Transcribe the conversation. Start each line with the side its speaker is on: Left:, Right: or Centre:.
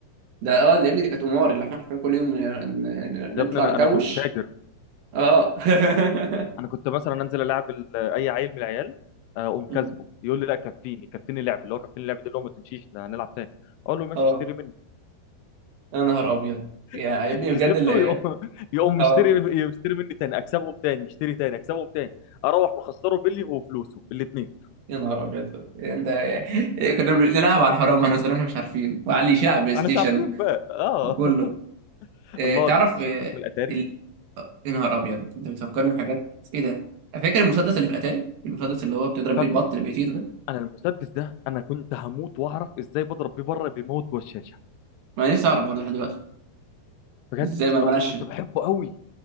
Right: ده اه يا ابني دي كانت قمار اللي احنا حرفيا كل يوم ن- ن-
Left: يا ابني
Right: نطلع
Left: انا
Right: نكوش
Left: انا كنت تاجر
Right: اه <laughs>
Left: انا كنت مثلا انزل العب ال- اي عيل من العيال آه، اقوم كاسبه
Right: مم.
Left: يقول لي لا كفيني كفيني لعب اللي هو كفيني لعب ده اللي هو ما تمشيش ده هنلعب تاني اقول له ماشي
Right: اه
Left: اشتري مني
Right: يا نهار ابيض يا
Left: <laughs>
Right: يا ابني
Left: كسبته
Right: بجد اللي
Left: يقوم يقوم
Right: اه
Left: مشتري يشتري مني تاني اكسبهم تاني يشتري تاني اكسبهم تاني اروح مخسره بلي وفلوسه الاثنين
Right: يا نهار ابيض انت كنا بنلعب على الحرام واحنا صغيرين مش عارفين وعلي يشيل على البلاي ستيشن
Left: احنا مش عارفين بقى اه
Right: وكله
Left: <laughs>
Right: إيه
Left: الله
Right: تعرف
Left: البلاي ستيشن
Right: إيه
Left: فاكر الاتاري
Right: ال... يا نهار ابيض انت بتفكرني في حاجات ايه ده فاكر المسدس اللي في الاتاري المسدس اللي هو بتضرب
Left: فاكر
Right: بيه البط اللي بيطير ده
Left: انا المسدس ده انا كنت هموت واعرف ازاي بضرب بيه بره بيموت جوه الشاشه
Right: ما أنا نفسي اعرف برضه لحد دلوقتي
Left: بجد
Right: ازاي ما بنشن
Left: وكنت بحبه قوي